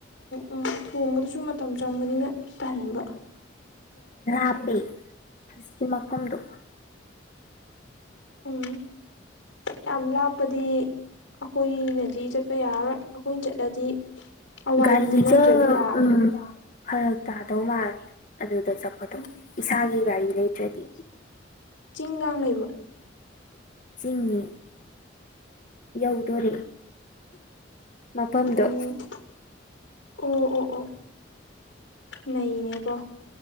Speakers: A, on the left; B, on the left.
A: ꯎꯝ ꯇꯣꯡꯕꯗꯨꯁꯨ ꯃꯇꯝ ꯆꯪꯕꯅꯤꯅ ꯇꯍꯟꯕ
B: ꯔꯥꯞꯄꯤ ꯍꯧꯖꯤꯛꯀꯤ ꯃꯐꯝꯗꯨꯣ
A: ꯎꯝ ꯌꯥꯝ ꯂꯥꯞꯄꯗꯤ ꯑꯩꯈꯣꯏꯅꯗꯤ ꯆꯠꯄ ꯌꯥꯔꯔꯣꯏ ꯑꯩꯈꯣꯏꯅ ꯆꯠꯂꯗꯤ ꯑꯋꯥꯏꯕꯤꯗꯨ
B: ꯒꯥꯔꯤꯁꯦ
A: ꯅꯠꯇ꯭ꯔꯗꯤ ꯌꯥꯔꯔꯣꯏ
B: ꯎꯝ ꯐꯔꯛ ꯇꯥꯗꯧ ꯃꯥꯂꯦ ꯑꯗꯨꯗ ꯆꯠꯄꯗꯣ
A: ꯎꯝ
B: ꯏꯁꯥꯒꯤ ꯒꯥꯔꯤ ꯂꯩꯇ꯭ꯔꯗꯤ
A: ꯏꯅꯨꯡ ꯀꯥꯡꯥꯡ ꯂꯩꯕ꯭ꯔꯣ
B: ꯆꯤꯅꯤ ꯌꯧꯗꯣꯣꯔꯦ ꯃꯐꯝꯗꯣ
A: ꯑꯣ ꯑꯣ ꯑꯣ ꯑꯣ ꯅꯅꯦꯀꯣ